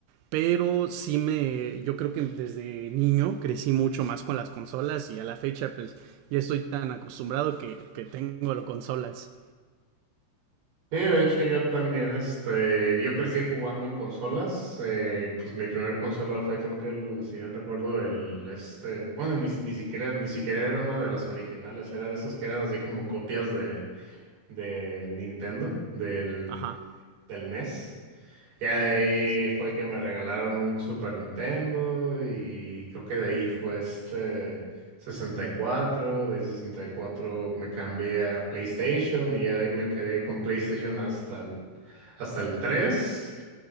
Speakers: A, on the right; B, on the right.
A: Pero sí me. Yo creo que desde niño crecí mucho más con las consolas. Y a la fecha, pues, ya estoy tan acostumbrado que, que tengo las consolas.
B: Sí, de hecho yo también, este, yo crecí jugando en consolas, eh, pues mi primer consola fue creo que el, si bien recuerdo, el, este, bueno, ni, ni siquiera, ni siquiera era una de las originales, era de esas que eran así como copias de, del Nintendo, del,
A: Ajá.
B: del NES, ya de
A: Ok,
B: ahí
A: sí.
B: fue que me regalaron un Super Nintendo y creo que de ahí fue este 64 de 64 me cambié a PlayStation y ya de ahí me quedé con PlayStation hasta el, hasta el 3